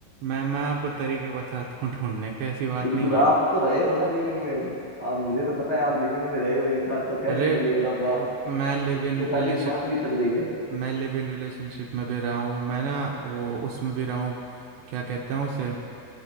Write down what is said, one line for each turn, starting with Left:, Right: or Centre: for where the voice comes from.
Right: मैं मैं आपको तरीके बताता हूँ ढूंढने के ऐसी बात
Left: बिल्कुल
Right: नहीं
Left: आप
Right: है
Left: तो रहे हो ना लिव इन में आप मुझे तो पता है आप लिव इन में रहे हो एक साल तो कैसे
Right: अरे
Left: मिली और अब
Right: अ,
Left: आप
Right: मैं लिव
Left: उनसे
Right: इन
Left: शादी
Right: रिलेशन
Left: की बात भी चल रही है
Right: मैं लिव इन रिलेशनशिप में भी रहा हूँ मैं ना वो उसमें भी रहा हूँ क्या कहते हैं उसे